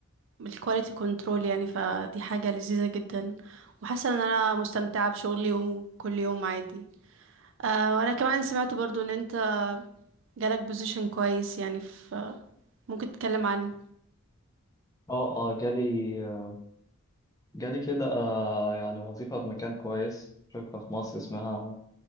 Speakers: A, on the right (about 60°); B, on the left (about 15°).
A: بالكواليتي كنترول يعني فدي حاجة لذيذة جدا وحاسة ان انا مستمتعة بشغلي وكل يوم عادي آه وانا كمان سمعت برضو ان انت جالك بوزيشن كويس يعني في ممكن تتكلم عنه
B: اه اه جالي آه، جالي كده آه، يعني وظيفة في مكان كويس شركة في مصر اسمها